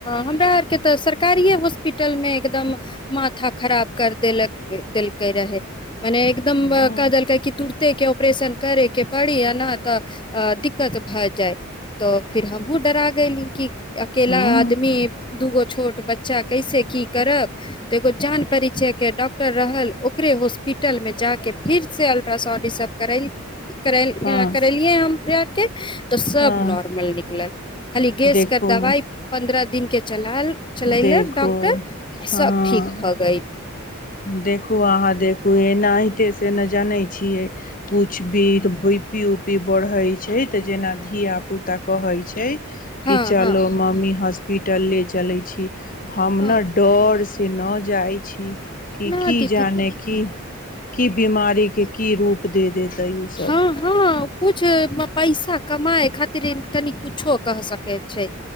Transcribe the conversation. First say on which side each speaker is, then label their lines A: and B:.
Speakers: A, on the left; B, on the left.
A: हमरा आरके तऽ सरकारिए हॉस्पिटलमे एकदम माथा खराब कर देलक देलकै रहै मने एकदम
B: ह
A: क देलकै क तूटते के ऑपरेशन करे के बड़ी आ नहि तऽ दिक्कत भए जाय तऽ फिर हमहुूँ डरा गली कि अकेेला
B: ह
A: आदमी दूगो छोट बच्चा कैसे की करब तऽ एगो जान परिचयके डॉक्टर रहल ओकरे हॉस्पिटलमे जा कऽ फेरसँ अल्ट्रासाउण्ड ईसभ करय कर
B: हँ
A: करलियै हम तऽ सब
B: हँ
A: नॉर्मल निकलल खाली गैसके
B: देखू
A: दबाइ पन्द्रह दिन के दलाल चलेलक
B: देखू
A: डॉक्टर
B: हँ
A: सभ ठीक भऽ गेल
B: देखू अहाँ देखू एना हते सेना जनैत छियै कुछ भी भुपी उपी बढ़ैत छै तऽ जेना धियापुता कहैत छै
A: हँ
B: कि चलो
A: हँ
B: मम्मी हस हॉस्पिटल ले चलै छी हम
A: हँ
B: ने डर से न जाइ की
A: न दीदी
B: जाने क की बीमारी के की रूप दे ओ सब
A: हँ हँ कुछ पैसा कमााय खातिर कनि कुछो क सकै छै